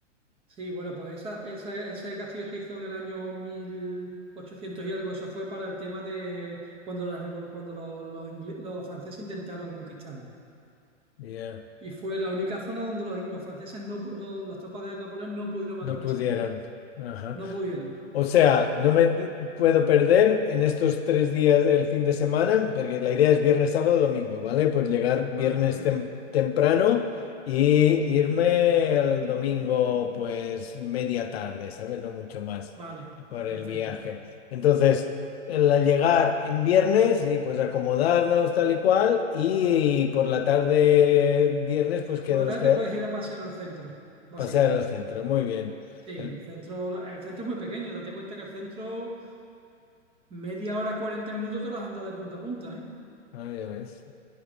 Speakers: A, on the right (about 15°); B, on the left (about 55°).
A: Sí, bueno, pues esa, esa- ese castillo se hizo en el año 1800 y algo. Eso fue para el tema de cuando, la revol- cuando los, los ingle- los franceses intentaron conquistarnos.
B: ya,
A: Y fue la única zona donde los, los franceses, no, pu- los- las tropas de Napoleón no pudieron
B: No
A: atravesarnos.
B: pudieron. Ajá.
A: No pudieron.
B: O sea, no me de- puedo perder en estos tres días del fin de semana, porque la idea es viernes, sábado, domingo, ¿vale? Pues llegar viernes
A: Vale, perfecto.
B: tem- temprano y irme el domingo, pues media tarde, ¿sabes? No mucho más
A: Vale,
B: por
A: perfecto.
B: el viaje. Entonces, el al llegar en viernes y pues acomodarnos tal y cual, y por la tarde viernes, pues que
A: Por
B: nos
A: la tarde
B: queda
A: te puedes ir a pasear al centro, básicamente.
B: pasear al centro. Muy bien.
A: Sí, el
B: El,
A: centro, el centro es muy pequeño. Date cuenta que el centro, media hora, 40 minutos, te las han dado de punta a punta, ¿eh?
B: ah, ya ves.